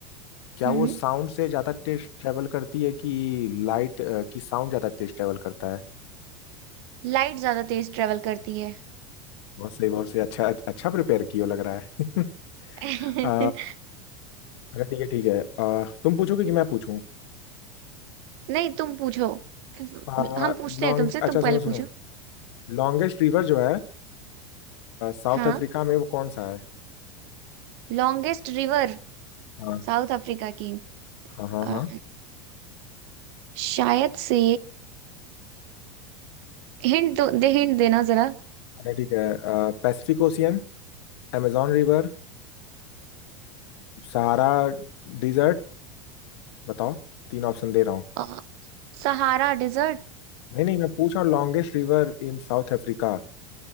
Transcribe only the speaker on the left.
क्या
वो साउंड से ज्यादा तेज ट्रेवल करती है कि लाइट की साउंड ज्यादा तेज ट्रेवल करता है
बहुत सही बहुत सही अच्छा अच्छा प्रिपेयर किया लग रहा है <laughs>
आ, अच्छा ठीक है ठीक है आ, तुम पूछोगे कि मैं पूछूं
आ,
लॉन्ग
अच्छा
सुनो सुनो
लॉन्गेस्ट रिवर जो है साउथ
अफ्रीका में वो कौन सा है
हाँ
हाँ हाँ
हाँ
अच्छा ठीक है Pacific Ocean amazon river Sahara desert बताओ तीन ऑप्शन दे रहा हूँ
नहीं नहीं मैं पूछ रहा हूँ longest river in South Africa